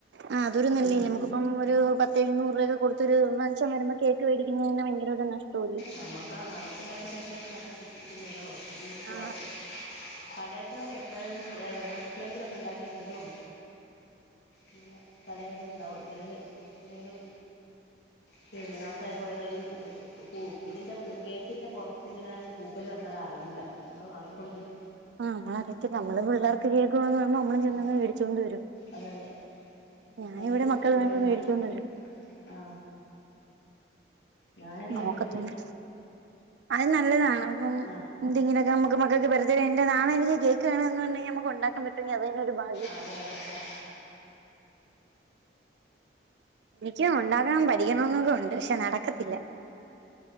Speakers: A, on the right; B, on the left.
A: ആ അതൊരു നല്ല
B: ഉം
A: അല്ലെ നമുക്ക് ഇപ്പം ഒരു പത്ത് എഴുന്നൂറ് രൂപൊക്കെ കൊടുത്തൊരു മനുഷ്യൻ വരുമ്പോ കേക്ക് മേടിക്കുന്ന തന്നെ ഭയങ്കര ഒരു നഷ്ടവല്ലേ
B: നമുക്കാ നമുക്ക ഉണ്ടാക്കി കഴിച്ചാൽ പിന്നെ അത്ര ബുദ്ധിമുട്ടില്ലല്ലോ <unintelligible>
A: ആ
B: കട എപ്പഴ <unintelligible> എപ്പോളെങ്കിലൊക്കെ ണ്ടാക്കി വെച്ചതും അങ്ങനെ പലതും ഉണ്ടാവും ചിലത് എന്തെങ്കിലും ശരി നസായി പോയതാ പൂ ഇതിന്റെ കേക്കിന്റെ പൊറത്ത് ങ്ങനെ പൂപ്പല് വന്നാല് അറിയൂല നമ്മൾ വാങ്ങിക്കൊണ്ടരും
A: ആ നമ്മള അറിയത്തി നമ്മള് പിള്ളേർക്ക് കേൾക്കന്ന് പറുമ്പോ നമ്മളും ചെന്ന്
B: ആ
A: മേടിച്ചോണ്ട് വരും
B: അതെ അതെ
A: ഞാന
B: ഞാനധികം
A: ഇവിടെ മക്കൾ പറയുമ്പോ
B: ഉണ്ടാക്കും
A: മേടിച്ചോണ്ട് വരും
B: ആ ഞാൻ എല്ലം
A: നോക്കത്തൊള്ളൂ
B: വ്
A: അത് നല്ലതാണ് അപ്പം
B: ആ
A: എന്തെങ്കിലൊക്കെ നമക്ക് മക്കൾക്ക് <unintelligible> എന്റെ നാളെ എനിക്ക് കേക്ക് വേണം ന്ന് പറഞ്ഞ നമ്മക്ക് ഉണ്ടാക്കാ പറ്റുഎങ്കിൽ അതന്നെ ഒര് ഭ
B: അതെ അതെ അ
A: എനിക്കും ഉണ്ടാക്കാൻ പഠിക്കണം എന്നൊക്കെ ഉണ്ട് പക്ഷെ നടക്കത്തില്ല